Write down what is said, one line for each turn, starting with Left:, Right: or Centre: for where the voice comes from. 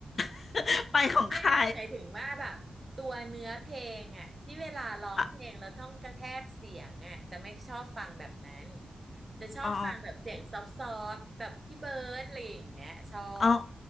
Left: <laughs> ไปของใคร
Right: ไม่ไม่หมายถึงว่าแบบตัวเนื้อเพลงอ่ะที่เวลาร้องเพลงแล้วต้องกระแทกเสียงอ่ะจะไม่ชอบฟังแบบนั้น
Left: อ่ะ
Right: จะชอบฟังแบบเสียงซอฟ
Left: อ๋อ
Right: ต์ๆแบบพี่เบิร์ดอะไรอย่างเงี้ยชอบ
Left: อ๋อ